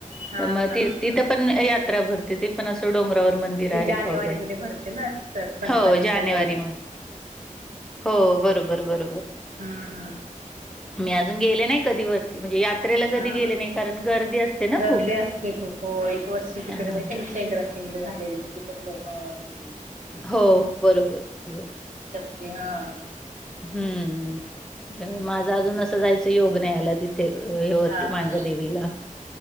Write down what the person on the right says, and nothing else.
हा
हा
ते
जानेवारीमध्ये
भरते ना संक्रांतीच्या
वेळेला
हम्म
हा
गर्दी
असते, खू ख एक वर्षी, तिकडे,
म त्यांच्या, ंग्रिंगड झालेली, किती, तर, लोक, मेलेली
बिहाां..
हा
हा